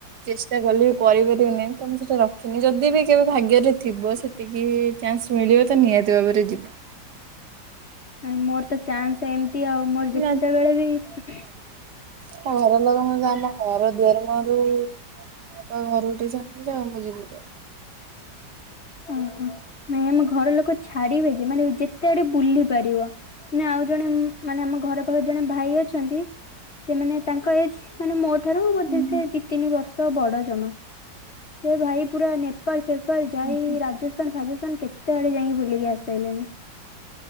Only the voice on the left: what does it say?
ଆ ମୋର ତ ଚାନ୍ସ ଏମତି ଆଉ ମୋର
ଯେତେବେଳେ ବି
ଓହୋ ନାଇଁ ଆମ ଘର ଲୋକ ଛାଡିବେ ଯେ ମାନେ ଯେତେ ଆଡେ ବୁଲି ପାରିବ ମାନେ ଆଉ ଜଣେ ମାନେ ଆମ ଘର ପାଖରେ ଜଣେ ଭାଇ ଅଛନ୍ତି ସେମାନେ ତାଙ୍କ ଏଜ ମାନେ ମୋର ସେଠାରୁ ବୋଧେ
ସେ ଦି ତିନି ବର୍ଷ ସ ବଡ ଜମା ସେ ଭାଇ ପୁରା ନେପାଳ ଫେପା ଯାଇ
ରାଜସ୍ଥାନଫାଜସ୍ତନ୍ କେତେ ଆଡେ ଯାଇକି ବୁଲିକି ଆସଲେଣି